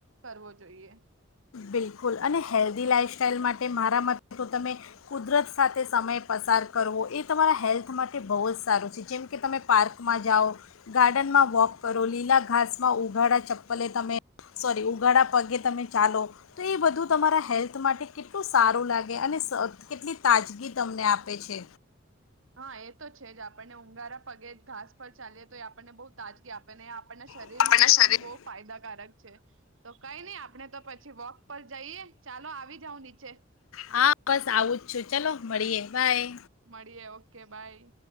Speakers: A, on the right (about 75°); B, on the left (about 85°).
A: કરવો જોઈએ.
B: બિલકુલ અને હેલ્ધી લાઈફસ્ટાાઈલ માટે મારા માટે તો તમે કુદરત સાથે સમય પસાર કરવો એ તમારા હેલ્થ માટે બહુ જ સારું છે. જેમકે તમે પાર્કમાં જાઓ, ગાર્ડનમાં વોક કરો, લીલા ઘાસમાં ઉઘાડા ચપ્પલે તમે સોરી ઉગાડા પગે તમે ચાલો તો એ બધું તમારા
A: હા
B: હેલ્થ માટે કેટલું સારું લાગે. અને કેટલી તાજગી તમને આપે છે.
A: હા એ તો છે જ આપણને ઊગારા પગે ઘાસ પર ચાલીએ તો એ આપણને બહુ તાજગી આપે ને આપણને શરીર
B: આપણના
A: માટે
B: શરીર
A: પણ બહુ ફાયદાકારક છે. તો કઈ નઈ આપણે તો પછી વોક પર જઈએ ચાલો આવી જાવ નીચે.
B: હા બસ આવું જ છું ચલો મળીએ. બાય
A: મળીએે ઓકે બાય.